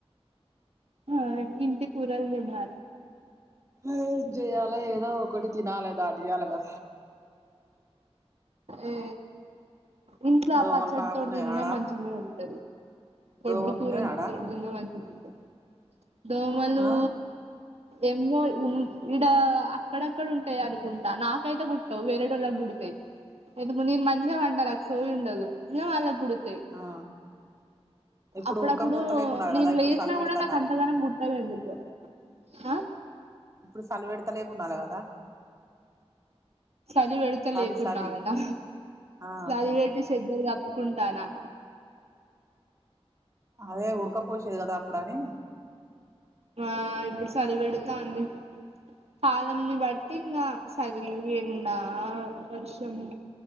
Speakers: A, on the right; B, on the right.
A: హాయ్ ఇంటి కూరలు తివాలి
B: ఏం చెయ్యాలో ఏదో ఒకటి తినాలే దాటియాలేగా
A: ఏ ఇంట్లో ఆ
B: దోమలు
A: పచ్చడితో
B: బాగున్నాయి
A: తిన్నా
B: ఆడ
A: మంచిగానే ఉంటంది
B: దోమలు
A: ఎడ్డి కూరల
B: ఉన్నాయి ఆడ
A: తోటి ఉన్న మంచిగా ఉంటది దోమలు
B: ఆ
A: ఏమో ఇడ అక్కడక్కడ ఉంటాయి అనుకుంటా నాకైతే గుట్టవు వేరేడుోళ్ళకి గుడతాయి ఎందు నీ మంచిగా వండాల నాకు సోయ ఉండదు వాళ్ళ కుడుతై
B: ఆ ఇప్పుడు
A: అప్పుడప్పుడు
B: ఉరకపోత లేకున్నారు
A: నేను
B: కదా ఇప్పుడు
A: లేచినా
B: సలి పెడతన్నాలే
A: కూడా నాకు అంతగా గుట్ట లేదు ఆ
B: ఇప్పుడు సలవేడతలేకు ఉండాలి కదా
A: చలివెడత
B: సాలి
A: లేకుండా
B: సాలి
A: లానా
B: ఆ
A: చలివెట్టి సేతురు కప్పుకుంటానా
B: అదే ఉడక పోసేది కదా అప్పుడ అని
A: ఆ ఇప్పుడు చలి పెడతాంది కాలంని బట్టి ఇంకా సర్వింగ్ నా వర్షం